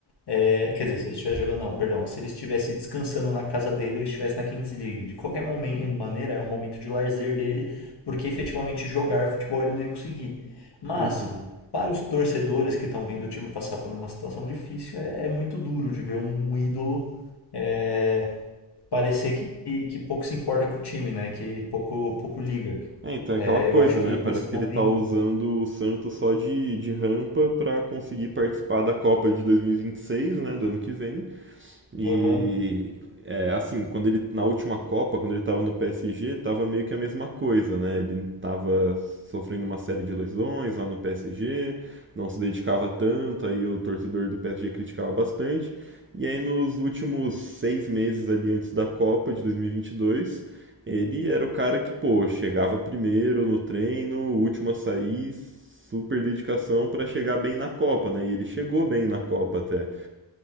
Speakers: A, on the left; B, on the right.
A: é, quer dizer, se ele estivesse jogando, não, perdão. Se ele estivesse descansando na casa dele ou estivesse na Kings League. De qualquer momen- maneira, é um momento de lazer dele, porque efetivamente jogar futebol ele não ia conseguir. Mas,
B: Uhum.
A: para os torcedores que estão vendo o time passar por uma situação difícil, é, é muito duro de ver um ídolo é, parecer que, que pouco se importa com o time, né? Que pouco, pouco liga.
B: É, então é
A: É,
B: aquela coisa,
A: eu acho que
B: né? Parece
A: nesse
B: que
A: momento.
B: ele tá usando o Santos só de, de rampa pra conseguir participar da Copa de dois mil e e vinte e seis, né? Do ano que vem. E
A: Aham,
B: é, assim, quando ele na última Copa, quando ele estava no PSG, estava meio que a mesma coisa, né? Ele estava sofrendo uma série de lesões lá no PSG, não se dedicava tanto, aí o torcedor do PSG criticava bastante. E aí nos últimos seis meses ali antes da Copa de 2022, ele era o cara que, pô, chegava primeiro no treino, o último a sair, super dedicação para chegar bem na Copa, né? E ele chegou bem na Copa até.